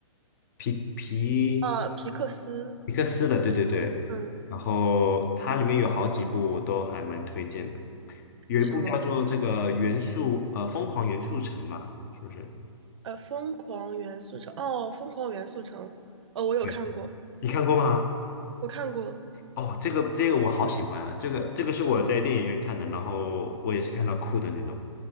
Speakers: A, on the left; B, on the right.
A: 皮皮？
B: 呃，皮克斯，
A: 皮克斯的，对对对。
B: 嗯，
A: 然后它里面有好几部我都还蛮推荐的，有一部叫做这个元素呃疯狂元素城嘛，
B: 什么？
A: 是不是？
B: 呃，疯狂元素城，哦，疯狂元素城，哦，我有看过，
A: 对，你看过吗？
B: 我看过，
A: 哦，这个这个我好喜欢啊，这个这个是我在电影院看的，然后我也是看到哭的那种